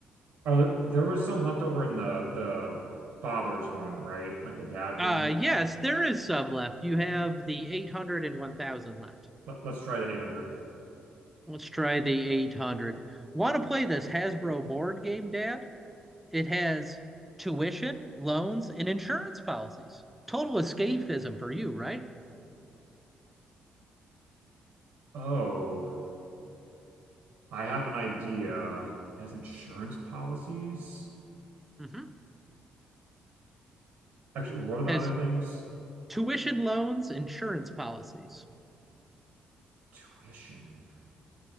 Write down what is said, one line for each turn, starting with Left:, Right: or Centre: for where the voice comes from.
Right: are there there was some left over in the the father's one right like the dad
Centre: Uh
Right: one
Centre: yes, there is some left. You have the 800 and 1000 left.
Right: Let, let's try the 800.
Centre: Let's try the 800. Want to play this Hasbro board game, Dad? It has tuition, loans, and insurance policies. Total escapism for you, right?
Right: Oh, I have an idea. It has insurance policies.
Centre: Mm-hmm.
Right: Actually, what are the
Centre: Has
Right: other things?
Centre: tuition, loans, insurance policies.
Right: Tuition.